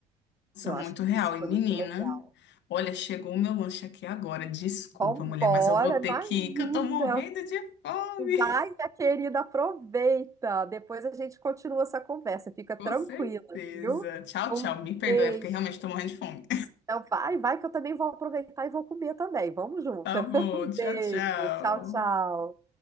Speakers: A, on the left; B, on the right.
A: São
B: Eu acho
A: muito real.
B: que isso
A: E
B: foi
A: menina,
B: muito legal.
A: olha, chegou o meu lanche aqui agora. Desculpa,
B: Vambora,
A: mulher, mas eu vou
B: imagina!
A: ter que ir, que eu tô morrendo de fome.
B: Vai, minha querida, aproveita. Depois a gente continua essa conversa.
A: <laughs>
B: Fica tranquila,
A: Com certeza.
B: viu?
A: Tchau,
B: Um
A: tchau. Me perdoe,
B: beijo.
A: é porque realmente tô morrendo de fome. <laughs>
B: Então, vai, vai, que eu também vou aproveitar e vou comer também. Vamos juntas.
A: Tá bom.
B: <laughs> Um
A: Tchau,
B: beijo.
A: tchau.
B: Tchau, tchau.